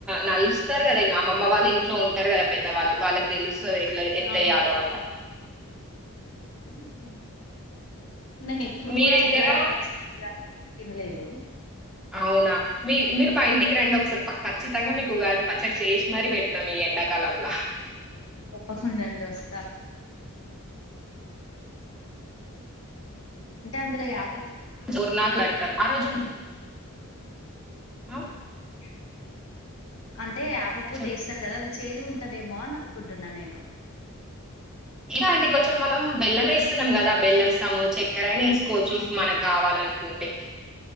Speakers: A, in the centre; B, on the left.
A: నలుస్తారు కదా ఇ అమ్మమ్మ వాళ్ళు ఇంట్లో ఉంటారు కదా పెద్దవాళ్ళు వాళ్ళకి తెలుస్ సో ఇట్లా ఎంతెయ్యాలో
B: అవును
A: అలా
B: మ్మ్ నేను ఎప్పుడు
A: మీ
B: కూడా
A: దగ్గర
B: ఉగాది పచ్చడి <inaudible> తిన్లేదూ
A: అవునా మి మీరు మా ఇంటికి రండి ఒకసారి ప ఖచ్చితంగా మీకు ఉగాది పచ్చడి చేసి మరీ పెడతా మీ ఎండాకాలంలో
B: తప్పకుండా అండి వస్తా అంటే అందులో యాప్
A: ర్ <unintelligible> ఆ రోజు ఆ
B: అంత్ అంటే యాపపూత
A: చెప్పు
B: ఏస్తరు కదా అది చేదు ఉంటదేమో అని అనుకుంటున్నా నేను
A: ఇండి కొంచెం మనం బెల్లం వేస్తున్నాం కదా బెల్ం ఇస్తాము చక్కరయినా వేస్తము కోచిస్
B: అవును.
A: మనకు కావాలంట కుంటే